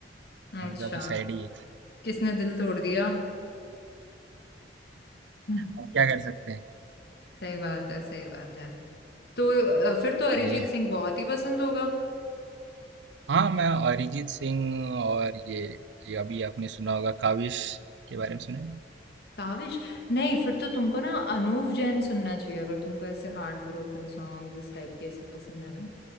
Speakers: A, on the right; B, on the left.
A: जॉनरा
B: अच्छा
A: तो सैड ही है
B: किसने दिल तोड़ दिया हम्म,
A: अब क्या कर सकते हैं
B: सही बात है सही बात है तो अ, फिर तो अरिजीत
A: वही
B: सिंह बहुत ही पसंद होगा
A: हाँ मैं अरिजीत सिंह और ये ये अभी आपने सुना होगा काविश के बारे में सुने
B: काविश नहीं फिर तो तुमको ना अनूप जैन सुनना चाहिए अगर तुमको ऐसे हार्ट ब्रोकन सॉन्ग इस टाइप के ऐसे पसंद है ना